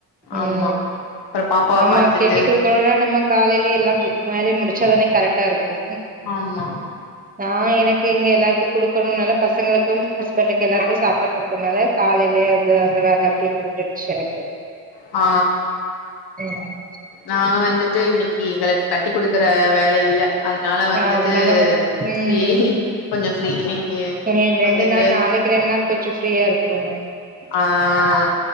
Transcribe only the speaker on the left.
ஆமா <unintelligible>
பாத்துட்டு
ஆமா
ஆ
நாங்க வந்துட்டு இன்னிக்கு எங்களுக்கு கட்டி குடுக்குற வேலை இல்ல அதனால வந்துட்டு
ஃப்ரீ கொஞ்சோ ஃப்ரீ இன்னைக்கு
வந்துட்டு
ஆஆ